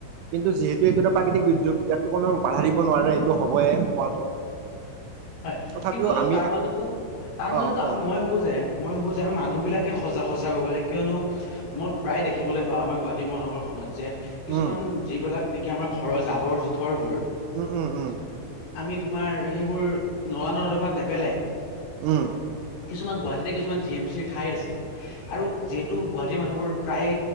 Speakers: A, on the right (about 80°); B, on the left (about 60°).
A: কিন্তু যিহেতু এইটো এটা প্ৰাকৃতিক দুৰ্যোগ ইয়াতো কোনো বাধা দিব নোৱাৰে এইটো হবয়ে হোৱাটো।
B: হয়
A: তথাপিও
B: কিন্তু
A: আমি
B: তাৰ মাজতো তাৰ মাজতো
A: অ কোৱা
B: মই
A: কোৱা
B: ভাবো যে মই ভাবো যে আমি মানুহ বিলাক। সজা সজা হব লাগে কিয়নো মই প্ৰায় দেখিবলৈ পাওঁ আমাৰ গুৱাহাটী মহানগৰ খনত যে কিছুমান
A: উম
B: যিবিলাক নেকি আমাৰ ঘৰৰ জাবৰ জোথৰ বোৰ
A: উম উম উম
B: আমি তোমাৰ সেইবোৰ নলা ন দমাত নেপেলাই
A: উম
B: কিছুমান গুৱাহাটীতে কিছুমান জি এম চিৰ ঠাই আছে আৰু যিহেতু গুৱাহাটীৰ মানুহবোৰ প্ৰায়ে